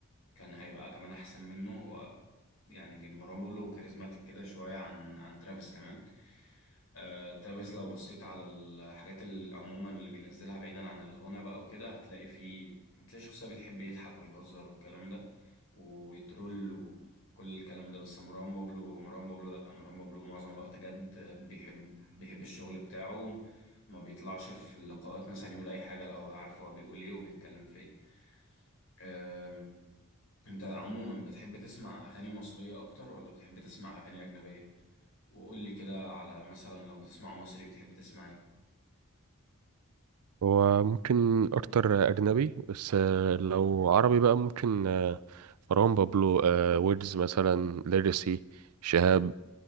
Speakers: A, on the left; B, on the right.
A: كان هيبقى كمان احسن منه هو يعني مروان بابلو كاريزماتيك كده شويه عن عن ترافيس كمان آه ترافيس لو بصيت على الحاجات ال- عموما اللي بينزلها بعيدا عن الغنى بقى وكده هتلاقي فيه هتلاقي شخصيه بتحب يضحك ويهزر والكلام ده ويترول وكل الكلام ده بس مروان بابلو مروان بابلو لا مروان بابلو معظم الوقت جد آه، بيحب بيحب الشغل بتاعه ما بيطلعش في اللقاءات مثلا يقول اي حاجه لا هو عارف هو بيقول ايه وبيتكلم في ايه انت عموما بتحب تسمع اغاني مصرية اكتر ولا بتحب تسمع اغاني اجنبية وقول لي كده على مثلا لو بتسمع مصري بتحب تسمع ايه
B: هو ممكن اكتر اجنبي بس آه، لو عربي بقى ممكن آه، مروان بابلو آه، ويجز مثلا ليجاسي شهاب